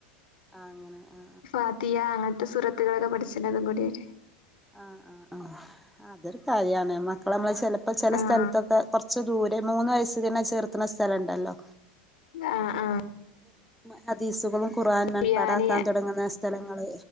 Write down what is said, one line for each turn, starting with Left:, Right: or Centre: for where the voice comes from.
Centre: ആ അങ്ങനെ ആ
Left: ഫാതിയ അങ്ങനത്തെ സുറത്തുകളൊക്കെ പഠിച്ചിനതും കൂടിട്ട്
Centre: ആ ആഹ് ആ അതൊരു കല്യാണേ മ ക്കള് നമ്മ ചിലപ്പോ ചില
Left: ആഹ്
Centre: സ്ഥലത്തൊക്കെ കൊറച്ച് ദൂരെ മൂന്ന് വയസ്സിങ്ങനെ ചേർത്തുന്ന സ്ഥലണ്ടല്ലോ
Left: ആ ആ
Centre: ഹദീസുകളും ഖുറാൻ മനപാടാക്കാൻ
Left: ഖുർആന്
Centre: തുടങ്ങുന്ന സ്ഥലങ്ങള്